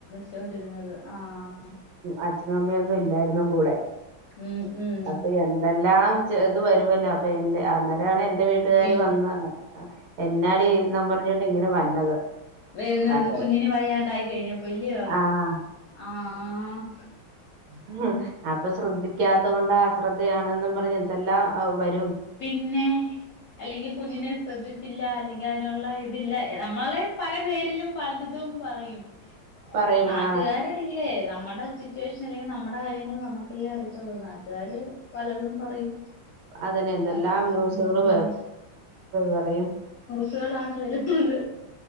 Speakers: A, on the left; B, on the right.
A: ചോണ്ടിരുന്നത് ആഹ്
B: അച്ഛനും അമ്മയൊന്നും ഇല്ലായിരുന്നു കൂടെ
A: ഉം ഉം
B: അപ്പൊ എന്തെല്ലാം ഇത് വരുമല്ലോ അപ്പൊ എന്റെ അ എന്താണ് എന്റെ വീട്ടുകാര്
A: പി
B: വന്ന എന്നാടി എന്നാ പറഞ്ഞ ഇങ്ങനെ വന്നത്
A: വരുന്നത്
B: പാറ്റേൺ
A: കുഞ്ഞിന് വയ്യാണ്ടായി കഴിഞ്ഞപ്പോ പോലിയോ
B: ആഹ്
A: ആഹ്
B: ആഹ് അപ്പൊ ശ്രദ്ധിക്കാത്ത കൊണ്ടാണ്‌ ശ്രദ്ധയാണെന്നും പറഞ്ഞന്നുംഎന്തെല്ലാം പറ്റി
A: പിന്നെ അല്ലെങ്കിൽ കുഞ്ഞിനെ ശ്രദ്ധിച്ചില്ല അല്ലെങ്ക അതിനുള്ള ഇതില്ല നമ്മള പല പേരിലും പലതും പറയും
B: പറയും
A: നാട്ടുകാരല്ലേ
B: ആ
A: നമ്മുടെ സിറ്റുവേഷൻ അല്ലെങ്കിൽ നമ്മുടെ കാര്യങ്ങൾ നമുക്കല്ലേ അറിയത്തുള്ളൂ നാട്ടുകാര് പലതും പറയും
B: അതിന് എന്തെല്ലാം
A: അതാ
B: ന്യൂസുകളും
A: ഉം
B: പറയും
A: സുകളാണ് വരുന്നത്